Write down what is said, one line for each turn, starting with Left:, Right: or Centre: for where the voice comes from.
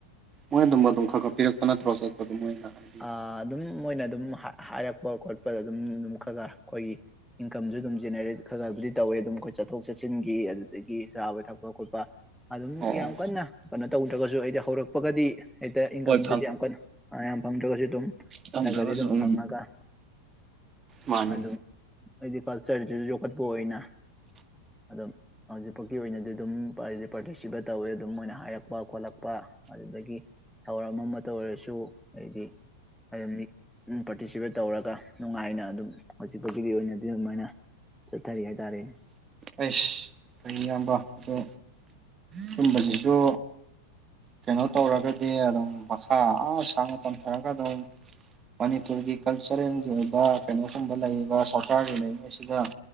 Right: ꯃꯣꯏꯅ ꯑꯗꯨꯝꯕ ꯑꯗꯨꯝ ꯈꯔ ꯈꯔ ꯄꯤꯔꯛꯄ ꯅꯠꯇ꯭ꯔꯣ ꯆꯠꯄ ꯑꯗꯨꯝ ꯃꯣꯏꯅ ꯍꯥꯏ
Centre: ꯑ ꯑꯗꯨꯝ ꯃꯣꯏꯅ ꯑꯗꯨꯝ ꯍꯥꯏꯔꯛꯄ ꯈꯣꯠꯄꯗ ꯑꯗꯨꯝ ꯑꯗꯨꯝ ꯈꯔ ꯈꯔ ꯑꯩꯈꯣꯏꯒꯤ ꯏꯟꯀꯝꯁꯨ ꯑꯗꯨꯝ ꯖꯦꯅꯦꯔꯦꯠ ꯈꯔ ꯈꯔꯕꯨꯗꯤ ꯇꯧꯋꯦ ꯑꯗꯨꯝ ꯑꯩꯈꯣꯏ ꯆꯠꯊꯣꯛ ꯆꯠꯁꯤꯟꯒꯤ ꯑꯗꯨꯗꯒꯤ ꯆꯥꯕ ꯊꯛꯄ ꯈꯣꯠꯄ ꯑꯗꯨꯝ
Right: ꯑꯣ
Centre: ꯌꯥꯝ
Right: ꯑꯣ
Centre: ꯀꯟꯅ ꯀꯩꯅꯣ ꯇꯧꯗ꯭ꯔꯒꯁꯨ ꯑꯩꯗꯤ ꯍꯧꯔꯛꯄꯒꯗꯤ ꯍꯦꯛꯇ ꯏꯟꯀꯝꯗꯨꯗꯤ
Right: ꯍꯣꯏ
Centre: ꯌꯥꯝ ꯀꯟꯅ ꯌꯥꯝꯌꯥꯝ ꯐꯪꯗ꯭ꯔꯒꯁꯨ ꯑꯗꯨꯝ
Right: ꯐꯪꯗ꯭ꯔꯒꯁꯨ
Centre: ꯈꯔꯒꯗꯤ ꯑꯗꯨꯝ
Right: ꯎꯝ
Centre: ꯐꯪꯉꯒ
Right: ꯃꯥꯅꯤ
Centre: ꯑꯗꯨꯝ ꯑꯩꯗꯤ ꯀꯜꯆꯔꯁꯤꯁꯨ ꯌꯣꯛꯈꯠꯄ ꯑꯣꯏꯅ ꯑꯗꯨꯝ ꯍꯧꯖꯤꯛꯐꯥꯎꯒꯤ ꯑꯣꯏꯅꯗꯤ ꯑꯗꯨꯝ ꯄꯥꯔꯇꯤꯁꯤꯄꯦꯠ ꯇꯧꯋꯦ ꯑꯗꯨꯝ ꯃꯣꯏꯅ ꯍꯥꯏꯔꯛꯄ ꯈꯣꯠꯂꯛꯄ ꯑꯗꯨꯗꯒꯤ ꯊꯧꯔꯝ ꯑꯃꯇ ꯑꯣꯏꯔꯁꯨ ꯑꯩꯗꯤ ꯑꯗꯨꯝ ꯄꯥꯔꯇꯤꯁꯤꯄꯦꯠ ꯇꯧꯔꯒ ꯅꯨꯡꯉꯥꯏꯅ ꯑꯗꯨꯝ ꯍꯧꯖꯤꯛꯐꯥꯎꯒꯤꯗꯤ ꯑꯣꯏꯅꯗꯤ ꯑꯗꯨꯃꯥꯏꯅ ꯆꯠꯊꯔꯤ ꯍꯥꯏꯇꯥꯔꯦꯅꯦ
Right: ꯑꯩꯁ ꯐ ꯏꯌꯥꯝꯕ ꯑꯗꯣ ꯁꯨꯝꯕꯁꯤꯁꯨ ꯀꯩꯅꯣ ꯇꯧꯔꯒꯗꯤ ꯑꯗꯨꯝ ꯃꯈꯥ ꯁꯥꯡꯅ ꯇꯝꯊꯔꯒ ꯑꯗꯨꯝ ꯃꯅꯤꯄꯨꯔꯒꯤ ꯀꯜꯆꯔꯦꯜꯒꯤ ꯑꯣꯏꯕ ꯀꯩꯅꯣꯒꯨꯝꯕ ꯂꯩꯔꯤꯕ ꯁꯔꯀꯥꯔꯒꯤ ꯂꯩꯔꯤꯉꯩꯁꯤꯗ